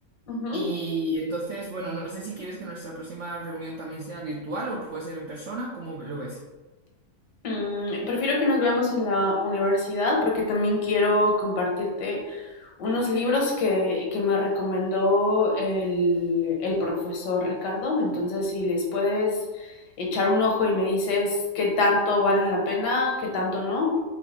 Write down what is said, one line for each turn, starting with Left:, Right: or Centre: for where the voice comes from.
Left: ujú.
Right: Y entonces, bueno, no sé si quieres que nuestra próxima reunión también sea virtual o puede ser en persona, ¿cómo lo ves?
Left: Mm, prefiero que nos veamos en la universidad porque también quiero compartirte unos libros que, que me recomendó el, el profesor Ricardo. Entonces, si les puedes echar un ojo y me dices qué tanto valen la pena, qué tanto no,